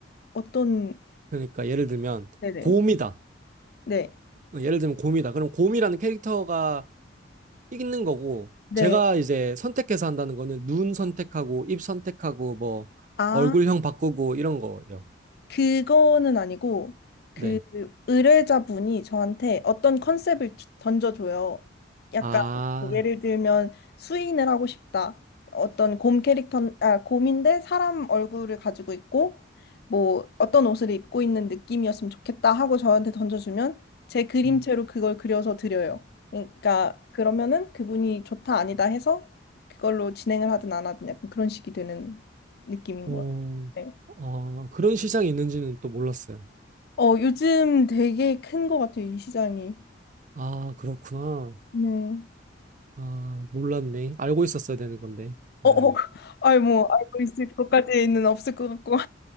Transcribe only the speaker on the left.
어떤,
네네,
네,
네.
아.
그거는 아니고 그
의뢰자분이 저한테 어떤 컨셉을 주- 던져줘요. 약간
뭐 예를 들면 수인을 하고 싶다. 어떤 곰 캐릭터, 아, 곰인데 사람 얼굴을 가지고 있고 뭐 어떤 옷을 입고 있는 느낌이었으면 좋겠다 하고 저한테 던져주면 제 그림체로
그걸 그려서 드려요. 그러니까 그러면은 그분이 좋다 아니다 해서 그걸로 진행을 하든 안 하든 약간 그런 식이 되는 느낌인
거예요. 네.
어, 요즘 되게 큰 것 같아요, 이 시장이.
네.
어,
어, <laughs> 아이, 뭐, 알고 있을 것까지는 없을 것 같고.